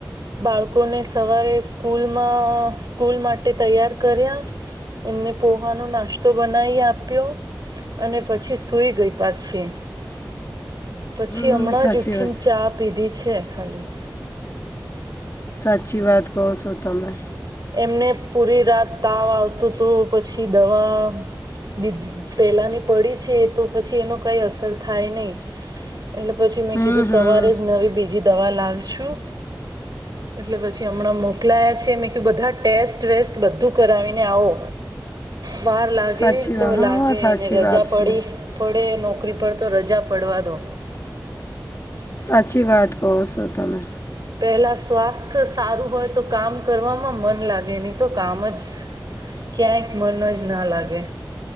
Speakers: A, on the right; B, on the left.
A: બાળકોને સવારે સ્કૂલમાં સ્કૂલ માટે તૈયાર કર્યા. એમને પોહાનો નાસ્તો બનાવી આપ્યો. અને પછી સુઈ ગઈ પાછી.
B: <inaudible>
A: પછી હમણાં
B: સાચી
A: જ ઉઠીને
B: વાત
A: ચા પીધી છે ખાલી.
B: સાચી વાત કહો છો તમે.
A: એમને પૂરી રાત તાવ આવતું તું પછી દવા બ પહેલાની પડી છે તો પછી એનો કઈ અસર થાય નય. એટલે પછી મેં
B: હમ
A: કીધું
B: હમ
A: સવારે જ નવી બી બીજી દવા લાવશું એટલે પછી હમણાં મોકલાયા છે ને કે બધા ટેસ્ટ, વેસ્ટ બધું કરાવીને આવો. વાર લાગે
B: સાચી
A: તો
B: વાત હા
A: લાગે
B: સાચી
A: અને રજા
B: વાત છે.
A: પડી. પડે નોકરી પર તો રજા પડવા દો.
B: સાચી વાત કહો છો તમે.
A: પેહલા સ્વાસ્થ્ સારું હોય તો કામ કરવામાં મન લાગે ની તો કામ જ ક્યાંક મન જ ન લાગે.